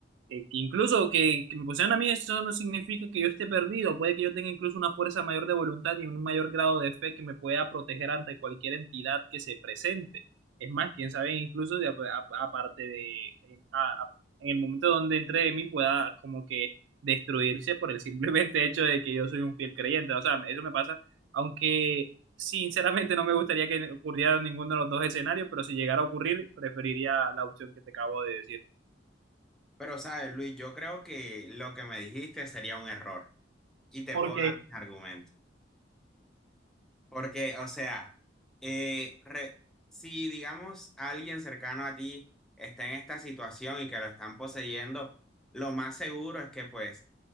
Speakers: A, on the right (about 80°); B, in the centre.
A: Eh, que incluso que, que me pusieran a mí eso no significa que yo esté perdido, puede que yo tenga incluso una fuerza mayor de voluntad y un mayor grado de fe que me pueda proteger ante cualquier entidad que se presente. Es más, quién sabe, incluso de- a- aparte de, en, a- a- en el momento donde entre de mí pueda como que destruirse por el simplemente <laughs> hecho de que yo soy un fiel creyente. O sea, eso me pasa, aunque Sinceramente no me gustaría que ocurriera ninguno de los dos escenarios, pero si llegara a ocurrir, preferiría la opción que te acabo de decir.
B: Pero sabes, Luis, yo creo que lo que me dijiste sería un error y te
A: Porque
B: puedo dar mis argumentos. Porque, o sea, eh, re- si digamos alguien cercano a ti está en esta situación y que lo están poseyendo, lo más seguro es que pues